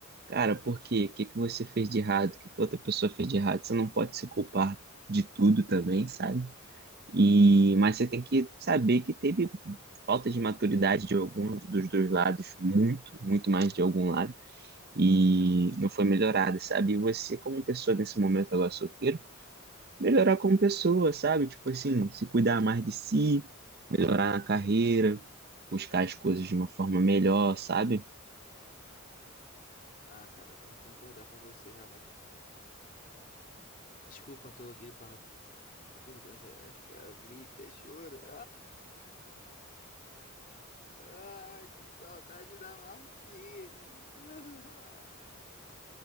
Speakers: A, on the right; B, on the left.
A: Cara, por quê? O que que você fez de errado? O que que outra pessoa fez de errado? Você não pode se culpar de tudo também, sabe? E mas você tem que saber que teve falta de maturidade de algum dos dois lados, muito, muito mais de algum lado, e não foi melhorada, sabe? E você, como pessoa nesse momento agora solteiro, melhorar como pessoa, sabe? Tipo assim, se cuidar mais de si, melhorar na carreira, buscar as coisas de uma forma melhor, sabe?
B: Ah, cara, tenho que concordar com você, realmente. Desculpa, tô gripado. Meu perdão, é- acho que é a gripe, é choro. <laughs> Ai, que saudade da Martires. <laughs>